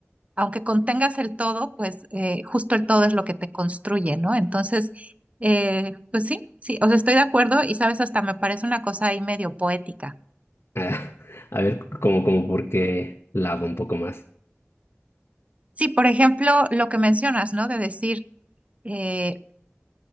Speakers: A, on the right; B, on the left.
A: aunque contengas el todo, pues eh, justo el todo es lo que te construye, ¿no? Entonces, eh, pues sí, sí, o sea, estoy de acuerdo y sabes, hasta me parece una cosa ahí medio poética.
B: Ah, a ver, como, como porque lado un poco más.
A: Sí, por ejemplo, lo que mencionas, ¿no? De decir... eh,